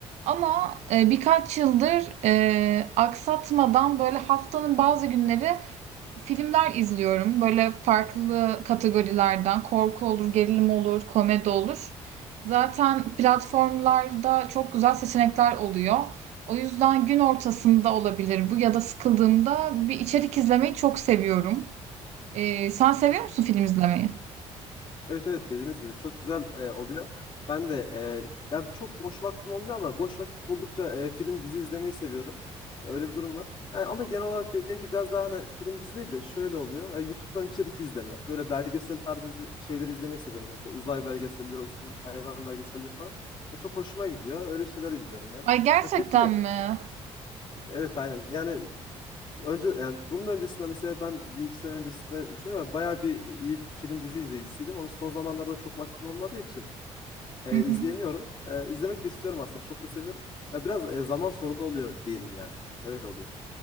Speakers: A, on the right; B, on the left.
A: Ama e, birkaç yıldır e, aksatmadan böyle haftanın bazı günleri filmler izliyorum. Böyle farklı kategorilerden korku olur, gerilim olur, komedi olur. Zaten
B: Hı
A: platformlarda
B: hı.
A: çok güzel seçenekler oluyor. O yüzden gün ortasında olabilir bu ya da sıkıldığımda bir içerik izlemeyi çok seviyorum. E, sen seviyor musun film izlemeyi?
B: Evet evet dediğiniz gibi çok güzel e, oluyor. Ben de e, yani çok boş vaktim olmuyor ama boş vakit buldukça e, film dizi izlemeyi seviyorum. E, Öyle bir durum var. Yani ama genel olarak benimki biraz daha hani film dizi değil de şöyle oluyor. E, YouTube'dan içerik izleme. Böyle belgesel tarzı izle- şeyleri izlemeyi seviyorum. Mesela uzay belgeselleri olsun, böyle hayvan belgeselleri falan. E, çok hoşuma gidiyor. Öyle şeyler izliyorum yani.
A: Ay gerçekten
B: Ya peki
A: mi?
B: evet aynen. Yani önce yani bunun öncesinde mesela ben bir iki sene öncesinde düşünüyorum. ya, Bayağı bir iyi film dizi izleyicisiydim. Ama son zamanlarda çok vaktim olmadığı için e,
A: Hı hı.
B: izleyemiyorum. E, izlemek de istiyorum aslında. Çok da seviyorum. Ya biraz e, zaman sorunu oluyor diyelim yani. Öyle oluyor.